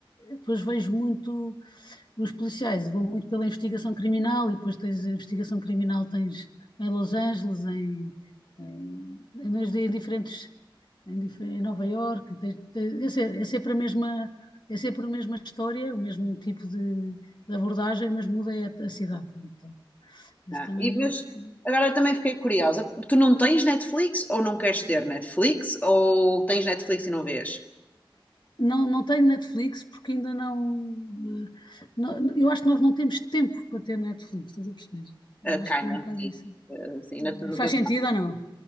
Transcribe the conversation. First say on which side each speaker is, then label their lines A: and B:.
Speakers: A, on the left (about 60°); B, on the left (about 20°).
A: depois vejo muito os policiais, vou muito pela investigação criminal e depois tens a investigação criminal tens em Los Angeles, em, em, em, em diferentes em, dife- em Nova Iorque, tens, tens, é, sempre, é sempre a mesma é sempre a mesma história, o mesmo tipo de, de abordagem, mas muda é a, a cidade. Então, esse
B: não é?
A: também
B: E,
A: é
B: mas
A: uns que
B: agora eu também fiquei curiosa. Tu não tens Netflix ou não queres ter Netflix? Ou tens Netflix e não vês?
A: não, não tenho Netflix porque ainda não, eh, não- Eu acho que nós não temos tempo para ter Netflix, estás a perceber? Eu
B: Uh,
A: acho
B: kinda,
A: que é um bocado
B: sim.
A: isso.
B: Eh, sim, na- no
A: Faz
B: teu
A: sentido ou não?